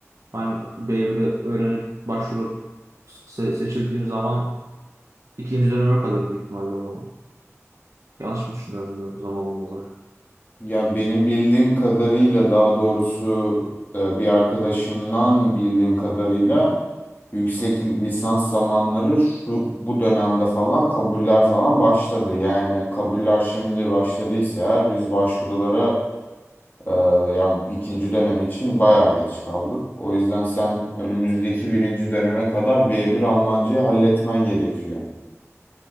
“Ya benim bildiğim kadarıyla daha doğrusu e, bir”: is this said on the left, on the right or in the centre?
Left